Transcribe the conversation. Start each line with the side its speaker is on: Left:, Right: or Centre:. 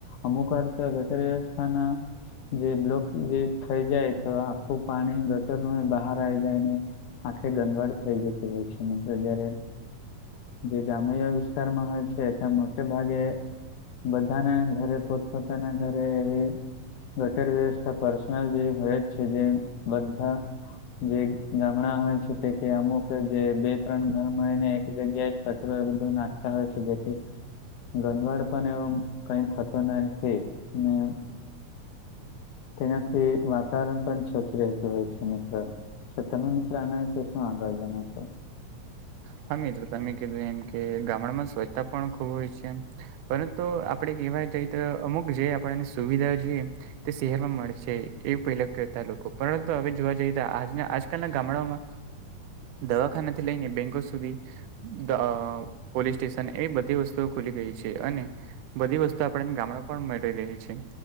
Left: અમુક વાર તો ગટર વ્વસ્થાના. જે બ્લોક જે થઈ જાય તો આખું પાણી ઘટરનું હોય બહા જાયને આંખે ગંદવાડ થઈ જતી હોય છે ને મિત્ર જયારે. જે ગામ્ય વિસ્તારમાં હોય છે ત્યાં મોટે ભાગે. બધા ના ઘરે પોતપોતાના ઘરે એવી. ગટર વ્યવસ્થા પર્સનલ જે હોય જ છે જે બધા. જે ગામડા હોય છે તે કે અમુક જે બે ત્રણ ઘર. મળીને એક જગ્યાએ કચરો એ બધું નાખતા હોય છે જેથી ગંદવાડ પણ એવો. કઈ થતો નથી ને તેનાથી વાતાવરણ પણ સ્વચ્છ રહેતું હોય છે, મિત્ર. તો તમે મિત્ર આના છે શું આગળ જણાવશો?
Right: હા મિત્રો તમે કીધું એમ કે ગામડામાં સ્વચ્છતા પણ ખૂબ હોય છે. પરંતુ આપણે કહેવા જઈએ, તો અમુક જે આપણને સુવિધા જોએ તે શહેરમાં મળશે, એવું પહેલા કહેતા લોકો. પરંતુ હવે જોવા જઈએ તો આજના આજકાલના ગામડાઓમાં દવાખાનાથી લઈને બેંકો સુધી દ અ પોલીસ સ્ટેશન એવી બધી વસ્તુઓ ખુલી ગઈ છે અને બધી વસ્તુ આપણાને ગામડામાં પણ મળી રહે છે.